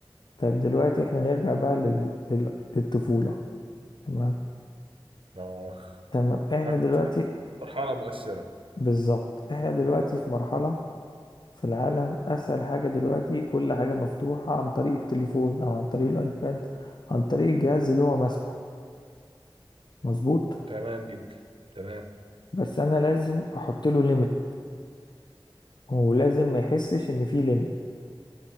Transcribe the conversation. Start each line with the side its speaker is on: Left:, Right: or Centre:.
Left: طيب دلوقتي احنا نرجع بقى لل... لل... للطفولة تمام
Right: آخ
Left: تمام احنا
Right: أكتر
Left: دلوقتي
Right: مرحلة مؤثرة
Left: بالظبط احنا دلوقتي في مرحلة في العالم اسهل حاجة دلوقتي كل حاجة مفتوحة عن طريق التليفون او عن طريق الايباد عن طريق الجهاز اللي هو ماسكه مظبوط
Right: تمام جدا تمام
Left: بس انا لازم احط له ليميت ولازم ما يحسش ان في ليميت